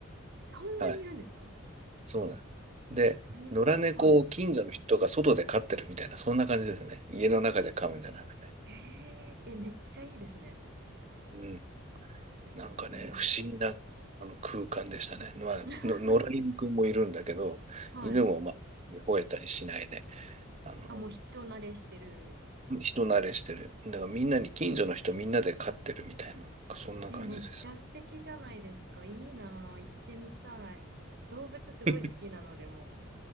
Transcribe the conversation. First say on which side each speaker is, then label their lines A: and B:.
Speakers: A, on the right (about 55°); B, on the right (about 35°).
A: そんなにいるんですか
B: ら。はい。そうなんです。で、
A: すごい。
B: 野良猫を近所の人が外で飼ってるみたいな、
A: はい。
B: そんな感じですね。家の中で飼うんじゃなくて。
A: えーえ、めっちゃいいですね。
B: うん。
A: すごい。
B: なんかね、不思議なあの空間でしたね。まあ、
A: <laughs>
B: の野良犬くんもいるんだけど、
A: はい。
B: 犬もまあ、吠えたりしないで、あの、
A: あ、もう人慣れしてる。
B: 人慣れしてる。だからみんなに、近所の人みんなで飼ってるみたいな、なんかそんな感じです。
A: え、めっちゃ素敵じゃないですか。いいなぁ行ってみたい。動物すごい好きなのでも
B: <laughs>